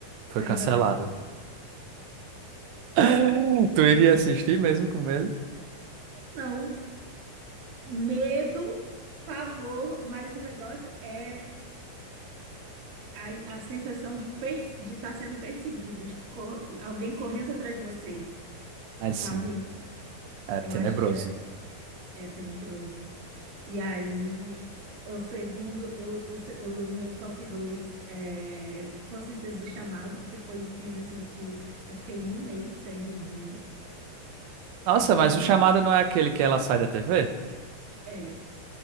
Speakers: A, on the right; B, on the right.
A: Foi
B: Ainda
A: cancelado.
B: bem.
A: <laughs> Tu iria assistir mesmo com medo?
B: Não, medo, pavor, mas o negócio é A, a sensação de pers- de estar sendo perseguido, de co- alguém correndo atrás de você,
A: Ai,
B: sabe?
A: sim, é
B: Eu
A: tenebroso.
B: acho que é, é tenebroso. E aí, o segundo, o, o, se- o meu top 2 é com certeza o Chamado, porque foi o filme assim que eu fiquei um mês sem dormir.
A: Nossa,
B: É terrível.
A: mas o chamado não é aquele que ela sai da TV?
B: É.